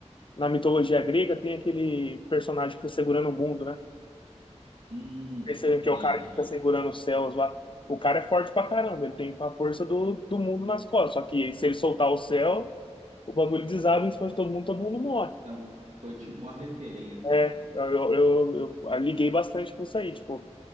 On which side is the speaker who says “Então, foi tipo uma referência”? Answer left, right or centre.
Right